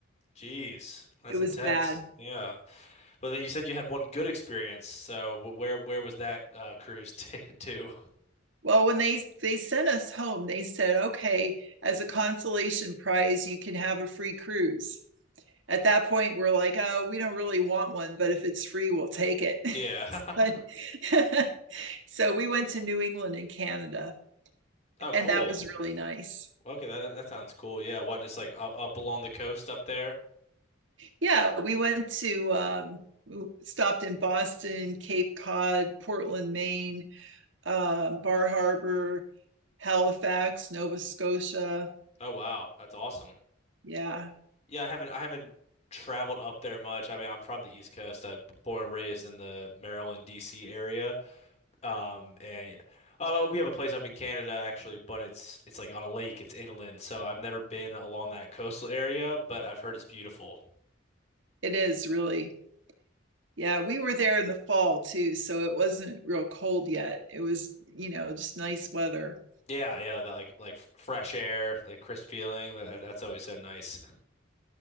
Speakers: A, on the left (about 35°); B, on the right (about 65°).
A: geez, That's
B: It was
A: intense.
B: bad.
A: Yeah. But then you said you had one good experience. So wh- where where was that uh, cruise t <laughs> to?
B: Well, when they they sent us home, they said, "Okay, as a consolation prize, you can have a free cruise." At that point, we're like, "Oh, we don't really want one, but if it's free, we'll take it."
A: Yeah.
B: <laughs>
A: <laughs>
B: but <laughs> so we went to New England and Canada,
A: Oh, cool.
B: and that was really nice.
A: Okay, that that sounds cool. Yeah, what just like u- up along the coast up there?
B: Yeah, we went to um w- stopped in Boston, Cape Cod, Portland, Maine, uh, Bar Harbor, Halifax, Nova Scotia.
A: Oh wow, that's awesome.
B: Yeah,
A: Yeah, I haven't I haven't traveled up there much. I mean, I'm from the East Coast. I'm born and raised in the Maryland, D.C. area. Um, and oh, well, we have a place up in Canada actually, but it's it's like on a lake. It's inland, so I've never been along that coastal area, but I've heard it's beautiful.
B: it is really. Yeah, we were there in the fall too, so it wasn't real cold yet. It was, you know, just nice weather.
A: Yeah, yeah, that like like fresh air, like crisp feeling. That, that's always so nice.